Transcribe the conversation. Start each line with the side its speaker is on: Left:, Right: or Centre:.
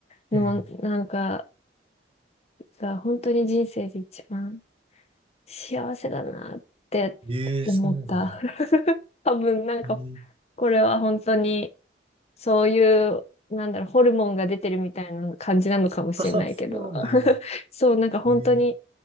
Right: うん。
Left: の、
Right: うん。
Left: なんか、が本当に人生で一番幸せだなって思った。
Right: えーそうなんや。
Left: <laughs> 多分、なんか、
Right: うん。
Left: これは本当に、そういう、なんだろう、ホルモンが出てるみたいな感じなのかもしれないけど、
Right: <laughs> あ、そうなんや。
Left: <laughs> そう、なんか本当に
Right: えー